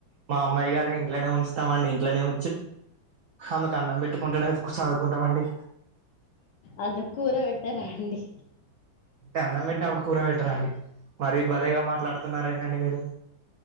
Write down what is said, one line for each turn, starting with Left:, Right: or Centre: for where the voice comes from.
Right: మా అమ్మాయి గారిని ఇంట్లోనే ఉంచుతము అండి ఇంట్లోనే ఉంచి ఆమెకు అన్నం పెట్టుకుంటునే అయితే చదువుకుంటాం అండి
Left: అంటే కూర పెట్టరాండి
Right: అంటే అన్నం పెట్టినప్పుడు కూరబెట్టరా అండి మరి భలేగా మాట్లాడుతున్నారండి మీరు